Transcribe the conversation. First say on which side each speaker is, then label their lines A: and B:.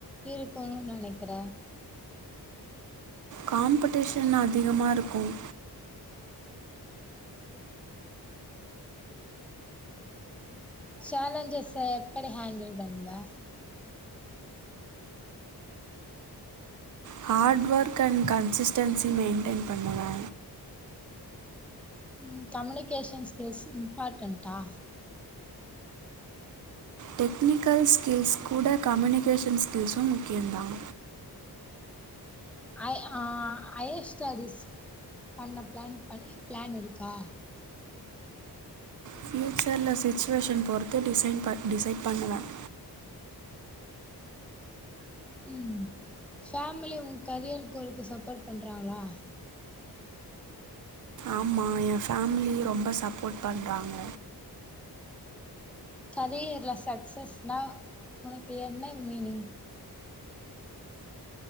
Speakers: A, in the centre; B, on the right (about 50°).
A: இருக்குனு நெனைக்கிற
B: காம்படிஷன் அதிகமா இருக்கும்
A: சேலஞ்சஸ எப்படி ஹேண்டில் பண்ணுவ
B: hard work and consistency maintain பண்ணுவே
A: ம் கம்யூனிகேஷன் ஸ்கில்ஸ் இம்பார்ட்டன்ட்டா
B: டெக்னிக்கல் ஸ்கில்ஸ் கூட கம்யூனிகேஷன் ஸ்கில்ஸும் முக்கியம் தான்
A: ஹை ஆஹ் ஹையர் ஸ்டடிஸ் பண்ண பிளான் பண்ணி பிளான் இருக்கா
B: ஃப்யூச்சர்ல சிச்சுவேஷன் பொறுத்து டிசைன் ப டிசைட் பண்ணுவேன்
A: உம் ஃமிலி உங்க கரியருக்கு ஒரு சப்போர்ட் பண்றாங்களா
B: ஆமா என் ஃபேமிலி ரொம்ப சப்போர்ட் பண்றாங்க
A: கரியர்ல சக்சஸ்னா உனக்கு என்ன மீனிங்